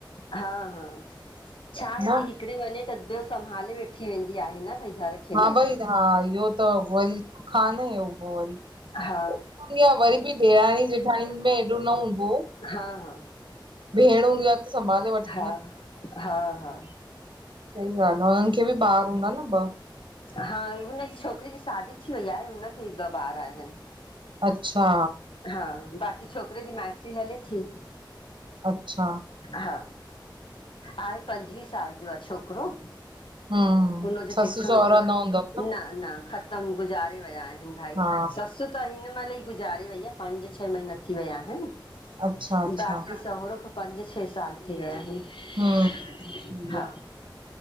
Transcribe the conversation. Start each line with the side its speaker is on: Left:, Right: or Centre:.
Left: हा हा छाहे
Right: न
Left: की हिकड़ी वञे त ॿयो संभाले वेठी वेंदी आहे न भई घर खे
Right: हा
Left: न
Right: भई हा इहो त वरी सुख आ न इयो वरी
Left: हा
Right: आहे वरी बि ॾेराणी जेठाणी में एॾो न हूंदो
Left: हा हा
Right: भेण हूंदी आहे त संभाले वठंदी
Left: हा
Right: आहि
Left: हा हा
Right: सही ॻाल्हि आ, हुननि खे बि ॿार हूंदा न ॿ
Left: हा हुनजी छोकिरीअ जी शादी थी वई आहे हुन खे ॿ ॿार आहिनि
Right: अच्छा
Left: हा बाक़ी छोकिरे जी माइटरी हले थी
Right: अच्छा
Left: हा आहे पंजवीह साल जो आ छोकिरो
Right: हम्म
Left: हुनजो
Right: ससु
Left: चिठो
Right: सहुरा
Left: विठो ठा
Right: न हूंदव
Left: न न ख़तम गुज़ारे विया आहिनि भाई
Right: हा
Left: ससु त हिन महिल ई गुज़ारे वई आ पंज छह महीना थी विया आहेन
Right: अच्छा अच्छा
Left: बाक़ी सओरो ख पंज छह साल थी विया आहिनि।
Right: हम्म सही
Left: हा
Right: आ।